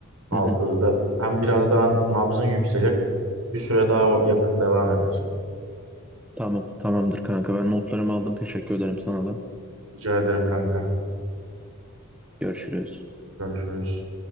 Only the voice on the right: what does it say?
altınızda.
Hem biraz daha nabzın yükselir. Bir süre daha o yakım devam eder.
Rica ederim kanka.
Görüşürüz.